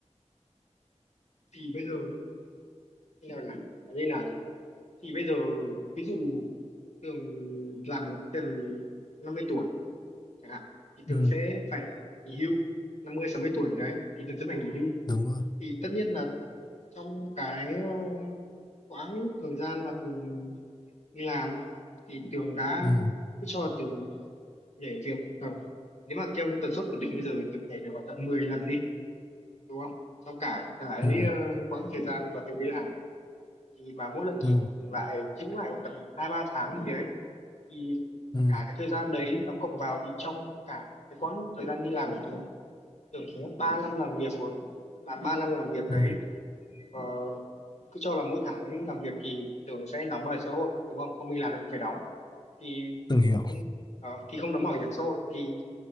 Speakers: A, on the left (about 70°); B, on the left (about 35°).
A: thì bây giờ như nào nhỉ nói như nào nhỉ thì bây giờ ví dụ Tường làm được tầm 50 tuổi chẳng hạn thì Tường
B: ừ
A: sẽ phải nghỉ hưu năm mươi sáu mươi tuổi đấy thì Tường sẽ phải nghỉ hưu
B: đúng rồi
A: thì tất nhiên là trong cái uh, quãng thời gian mà Tường đi làm thì Tường đã
B: ừ
A: cứ cho Tường nhảy việc khoảng tầm nếu mà theo tần suất của Tường bây giờ thì Tường nhảy việc khoảng tầm 10 lần đi đúng không trong cả cái
B: ừ
A: ờ, quãng thời gian mà Tường đi làm thì mà mỗi lần nghỉ
B: ừ
A: Tường lại chứng lại khoảng tầm hai ba tháng gì đấy thì
B: ừ
A: cả cái thời gian đấy nó cộng vào thì trong cả cái quãng thời gian đi làm của Tường Tường có ba năm làm việc rồi mà ba năm làm việc
B: ừ
A: đấy ờ, cứ cho là mỗi tháng làm việc thì Tường sẽ đóng bảo hiểm xã hội đúng không không đi làm thì không phải đóng thì
B: từng hiểu
A: không ờ, thì không đóng bảo hiểm xã hội thì